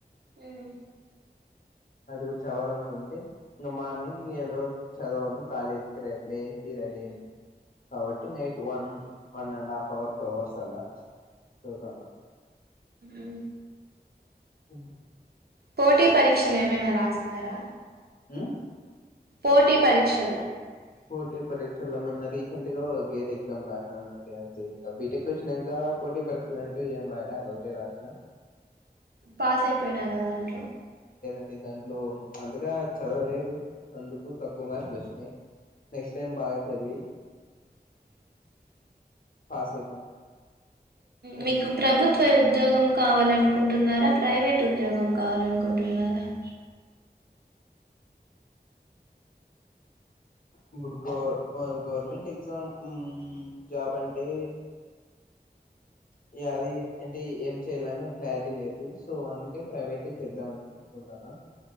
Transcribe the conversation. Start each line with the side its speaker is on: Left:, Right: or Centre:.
Right: హ్
Left: అది కూడా చదవాలనుకుంటే ఇంగా మార్నింగ్ లేసి చదవలం కాలేజీకి రెడి లేసి రెడి అవ్వడం. రెడి అయ్యి కాబట్టి night one one and half or two hours అలా చదువుతాం <inaudible>
Right: ఉ
Left: అ
Right: పోటీ పరీక్షలు ఏమైనా రాస్తున్నారా
Left: అ
Right: పోటీ పరీక్షలు
Left: పోటీ పరీక్షల రీసెంట్ గా గేట్ ఎగ్జామ్ రాండి అంతే ఇక బీటెక్ వచ్చినాక పోటీ పరీక్షలు అంటే ఏం రాయలా గటే రాసిన
Right: పాస్ అయిపోయినారా దాంట్లో
Left: అ దాంట్లో అంతగా చదవలేదు అందుకు తక్కువ మార్కులు వచ్చినాయి నెక్స్టిమ్ బాగా చదివి
Right: <inaudible>
Left: పాస్ అయితాను అని
Right: మీకు ప్రభుత్వ ప్రభుత్వ ఉద్యోగం కావాలనుకుంటున్నారా ప్రైవేట్ ఉద్యోగం కావాలనుకుంటున్నారా <inaudible>
Left: ఇప్పుడు గర్ గవ్ గవర్నమెంట్ ఎగ్జామ్ జాబ్ అంటే యా అది అంటే ఏం చెయ్యాలని ఒక క్లారిటీ లేదు సో అందుకే ప్రైవేటే చేద్దామని <inaudible>